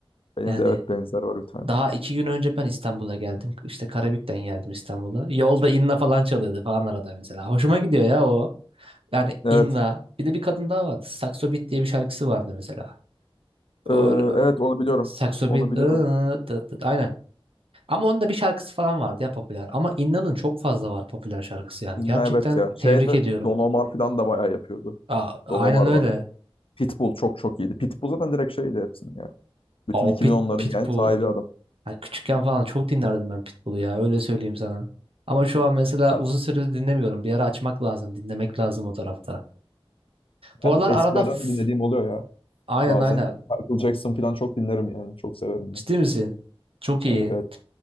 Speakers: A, on the left; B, on the right.
A: Benim
B: Yani
A: de evet benzer var bir tane.
B: daha iki gün önce ben İstanbul'a geldim. İşte Karabük'ten geldim İstanbul'a. Yolda Inna falan çalıyordu falan arada mesela. Hoşuma gidiyor ya Yani
A: Evet.
B: Inna. Bir de bir kadın daha vardı. Saxo Beat diye bir şarkısı vardı mesela. O,
A: Ee, evet onu biliyorum.
B: Saxo
A: Onu
B: Beat.
A: biliyorum.
B: ıı, tıt tıt, aynen. Ama onun da bir şarkısı falan vardı ya popüler. Ama Inna'nın çok fazla var popüler şarkısı yani.
A: İnna
B: Gerçekten
A: evet ya.
B: tebrik
A: Şeyde
B: ediyorum.
A: Don Omar falan da bayağı yapıyordu.
B: Aa, aynen
A: Don Omar
B: öyle.
A: vardı. Pitbull çok çok iyiydi. Pitbull zaten direkt şeydi hepsinin ya. Bütün
B: O
A: iki
B: Pit,
A: bin onların
B: Pitbull.
A: yani sahibi adam.
B: Yani küçükken falan çok dinlerdim ben Pitbull'u ya. Öyle söyleyeyim sana. Ama şu an mesela
A: Ya,
B: uzun süredir dinlemiyorum. Bir ara açmak lazım. Dinlemek lazım o tarafta. Bu
A: Ben
B: aralar
A: eskilerden
B: arada... f-
A: de dinlediğim oluyor ya
B: Aynen
A: bazen.
B: aynen.
A: Michael Jackson falan çok dinlerim yani. Çok severim
B: Ciddi
A: ben.
B: misin? Çok iyi.
A: Evet evet.